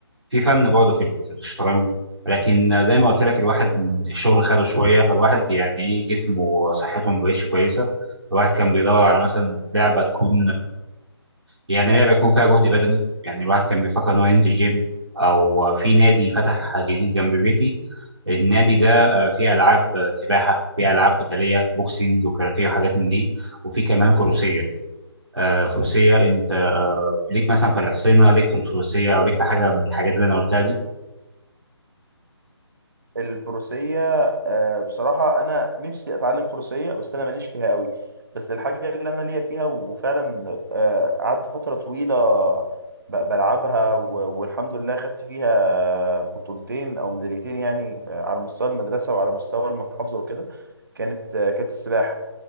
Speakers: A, on the right (about 80°); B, on the right (about 50°).
A: في فن برضه في ال- في الشطرنج لكن زي ما قلت لك الواحد من الشغل خده شويه فالواحد يعني ايه جسمه وصحته ما بقتش كويسه الواحد كان بيدور على مثلا لعبه تكون يعني لعبه يكون فيها جهد بدني يعني الواحد كان بيفكر ان هو ينزل جيم او في نادي فتح جديد جنب بيتي النادي ده آه، فيه العاب آه، سباحه فيه العاب قتاليه بوكسينج وكاراتيه وحاجات من دي وفي كمان فروسيه آه، فروسيه انت آه، ليك مثلا في الحصينه ليك في الفروسيه او ليك في حاجه من الحاجات اللي انا قلتها دي
B: الفروسية آه، بصراحة أنا نفسي أتعلم فروسية بس أنا ماليش فيها قوي بس الحاجة اللي أنا ليا فيها وفعلا آه، قعدت فترة طويلة ب- بلعبها و- والحمد لله خدت فيها بطولتين أو ميداليتين يعني آه، على مستوى المدرسة وعلى مستوى المحافظة وكده كانت آه، كانت السباحة